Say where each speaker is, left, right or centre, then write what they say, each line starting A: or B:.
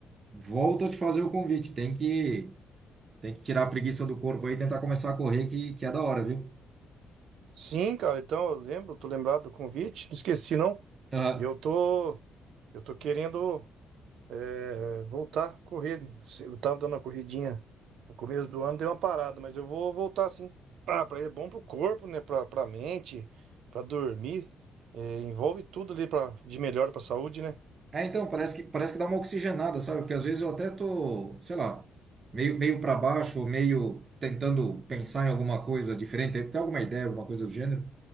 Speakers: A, on the right; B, on the right.
A: Volto a te fazer o convite. Tem que Tem que tirar a preguiça do corpo aí e tentar começar a correr, que, que é da hora, viu?
B: Sim, cara, então eu lembro, tô lembrado do convite, não esqueci não.
A: Aham.
B: Eu tô, eu tô querendo é, voltar a correr. Eu tava dando uma corridinha no começo do ano, deu uma parada, mas eu vou voltar sim. Ah, pra, é bom pro corpo, né? Pra, pra mente, pra dormir. É, envolve tudo ali pra, de melhor pra saúde, né?
A: É, então, parece que, parece que dá uma oxigenada, sabe? Porque às vezes eu até tô, sei lá, meio, meio para baixo, ou meio tentando pensar em alguma coisa diferente, até alguma ideia, alguma coisa do gênero.